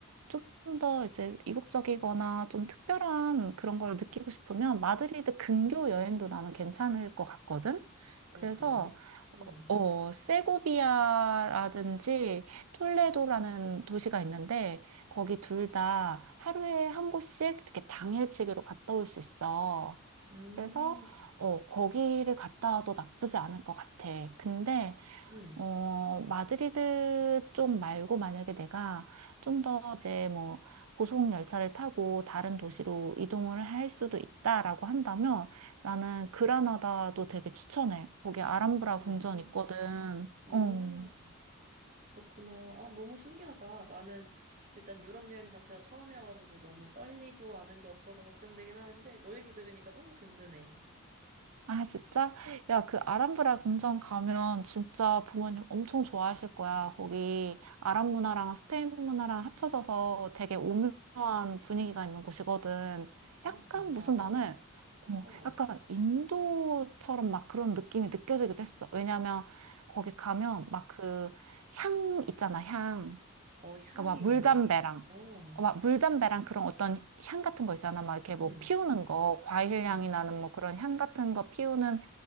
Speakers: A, on the right; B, on the right.
A: 좀 더 이제 이국적이거나 좀 특별한 그런 걸 느끼고 싶으면 마드리드 근교 여행도 나는 괜찮을 것 같거든.
B: 어,
A: 그래서
B: 그래? 음,
A: 어, 어, 세고비아라든지 톨레도라는 도시가 있는데 거기 둘 다 하루에 한 곳씩 이렇게 당일치기로 갔다 올 수 있어.
B: 음,
A: 그래서 어, 거기를 갔다 와도 나쁘지 않을 것 같아. 근데
B: 음,
A: 어, 마드리드 좀 말고 만약에 내가 좀 더 이제 뭐 고속 열차를 타고 다른 도시로 이동을 할 수도 있다라고 한다면 나는 그라나다도 되게 추천해. 거기 아람브라
B: 편하다.
A: 궁전 있거든.
B: 어.
A: 어.
B: 오. 그렇구나. 아, 너무 신기하다. 나는 일단 유럽 여행 자체가 처음이어가지고 너무 떨리고 아는 게 없어서 걱정되긴 하는데 너 얘기 들으니까 너무 든든해.
A: 아, 진짜? 야, 그 아람브라 궁전 가면 진짜 부모님 엄청 좋아하실 거야. 거기 아랍 문화랑 스페인 문화랑 합쳐져서 되게 오묘한 분위기가 있는 곳이거든.
B: 아,
A: 약간
B: 진짜?
A: 무슨 나는
B: 어,
A: 어,
B: 어.
A: 약간 인도처럼 막 그런 느낌이 느껴지기도 했어. 왜냐면 거기 가면 막 그 향 있잖아, 향.
B: 어, 향이
A: 그러니까 막 물담배랑
B: 유명해? 어,
A: 어, 막 물담배랑 그런 어떤 향 같은 거 있잖아. 막 이렇게
B: 음,
A: 뭐 피우는 거, 과일
B: 음.
A: 향이 나는 뭐 그런 향 같은 거 피우는